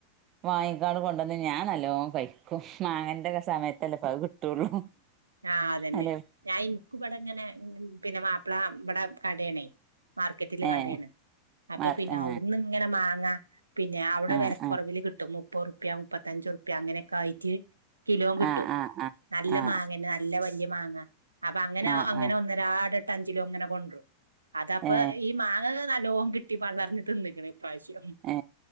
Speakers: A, on the right; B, on the right.
A: വാങ്ങിക്കാട് കൊണ്ടന്ന് ഞാൻ. നല്ലോ കഴിക്കും മാങ്ങേന്റെക്കെ സമയത്തല്ലപ്പ അത് കിട്ടുള്ളൂ.
B: ആ അതന്നെ
A: അല്ലെ
B: ഞാൻ ഇനിക്ക ഇവിടെ ഇങ്ങനെ പിന്നെ മാപ്പിള ഇവിടെ കടയണേ മാർക്കറ്റില്
A: ഏ
B: കടയാണ് അപ്പൊ
A: മാ
B: പിന്നെ
A: ഏ
B: അവിടുന്ന് ഇങ്ങനെ മാങ്ങാ. പിന്നെ അവിടെ
A: ആ
B: വിലക്കുറവില്
A: ആ
B: കിട്ടും മുപ്പ റുപ്യ മുപ്പത്തഞ്ചു റുപ്യ അങ്ങനെയൊക്കെ ആയിട്ട് കി ലോം കിട്ടും
A: ആ ആ ആ
B: നല്ല
A: ആ
B: മാ ല്ല വലി മാങ്ങ അപ്പൊ അങ്ങനെ
A: ആ ആ
B: അങ്ങനെ
A: ആ
B: ഒന്നരാട് എട്ട് അഞ്ചിലോ അങ്ങനെ കൊണ്ട് വരും അതപ്പ
A: ഏ
B: ഈ മാങ്ങക്കെ നല്ലോം കിട്ടി പള്ളർന്ന തിന്ന്ക്ക്ണ് ഈ പ്രാവശ്യം
A: ഏ